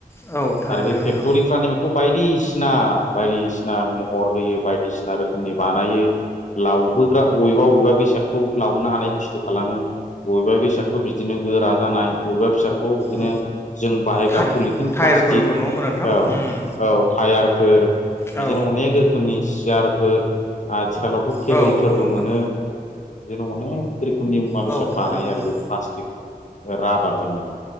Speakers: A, on the left; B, on the left.
A: औ थारैनो
B: आरो बे
A: नोंथां
B: फेक्ट'रिफ्रानो बेखौ बायदिसिना बायदिसिना सिना महर होयो बायदिसिना रोखोमनि बानायो। लावहोग्रा बबेबा बबेबा बेसादखौ लावनो हानाय बुस्थु खालामो बबेबा बेसादखौ बिदिनो गोरा जानाय बबेबा बेसादखौ बिदिनो
A: औ
B: जों बाहायग्रा
A: थार
B: पलिटिन
A: टायारफोरबो
B: प्लास्टिक
A: नङा होमबा नोंथां
B: औ
A: उम
B: औ टायार फोर बिदिनो
A: औ
B: अनेक रोखोमनि सियारफोर आ आथिखालावथ' टेबोलफोरबो
A: औ नंगौ नोंथां
B: मोनो जों अनेक रोखोमनि मुवा
A: औ
B: बेसाद
A: थारैनो
B: बानायो
A: नोंथां
B: आरो बे प्लास्टिक राबारजोंनो